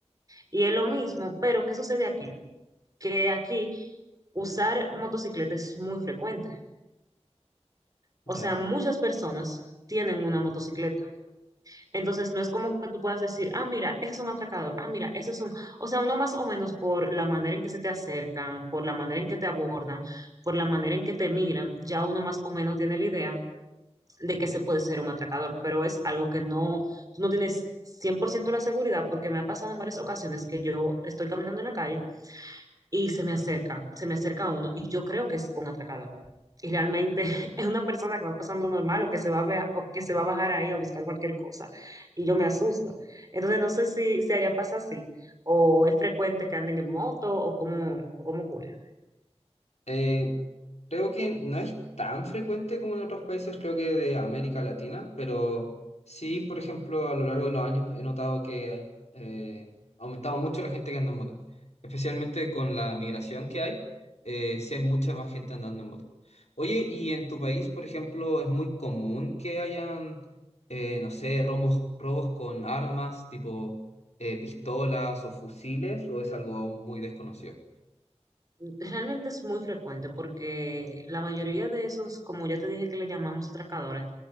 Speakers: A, on the right; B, on the left.
A: Y es lo mismo, pero ¿qué sucede aquí? Que aquí usar motocicleta es muy frecuente. O
B: ya.
A: sea, muchas personas tienen una motocicleta. Entonces, no es como que tú puedas decir, ah, mira, ese es un atracador, ah, mira, ese es un... O sea, uno más o menos por la manera en que se te acercan, por la manera en que te abordan, por la manera en que te miran, ya uno más o menos tiene la idea de que se puede ser un atracador, pero es algo que no, tú no tienes 100% la seguridad porque me ha pasado en varias ocasiones que yo estoy caminando en la calle y se me acerca, se me acerca a uno y yo creo que es un atracador. Y realmente <laughs> es una persona que va pasando normal o que se va a, bea- o que se va a bajar ahí a buscar cualquier cosa y yo me asusto. Entonces no sé si, si allá pasa así o es frecuente que anden en moto o cómo, o cómo ocurre.
B: Eh, creo que no es tan frecuente como en otros países, creo que de América Latina, pero sí, por ejemplo, a lo largo de los años he notado que eh, ha aumentado mucho la gente que anda en moto, especialmente con la migración que hay, eh, sí hay mucha más gente andando en moto. Oye, ¿y en tu país, por ejemplo, es muy común que hayan, eh, no sé, robos, robos con armas tipo eh, pistolas o fusiles, o es algo muy desconocido?
A: Realmente es muy frecuente porque la mayoría de esos, como ya te dije que le llamamos atracadores,